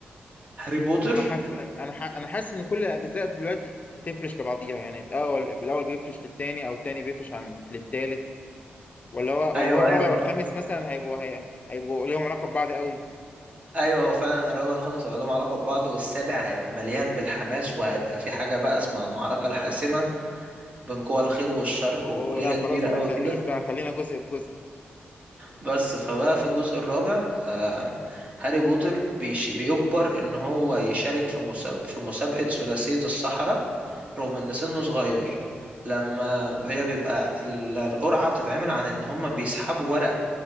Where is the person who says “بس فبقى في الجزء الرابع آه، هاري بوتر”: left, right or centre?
Right